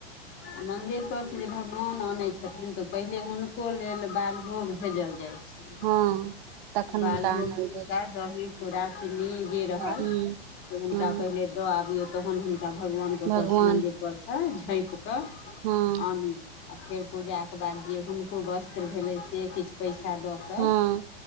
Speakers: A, on the left; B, on the right.
A: आ मन्दिरपसँ जे भगवान आनैत छथिन तऽ पहिले हुनको लेल बालभोग भेजल जाइ छै
B: हँ तखन
A: बालभोग
B: हुनका आनल
A: मुुरका
B: जाइ छै
A: दहि चुरा चीनी जे रहल
B: हूँ
A: से हुनका
B: हँ
A: पहिले द आबियौ तहन हुनका भगवान ओत
B: भगवान
A: सऽ मंन्दिर पर से झाँपि कऽ
B: हँ
A: आनि आ फेर पूजाके बाद जे हुनको वस्त्र भेलै से किछ पैसा दऽ कऽ
B: हँ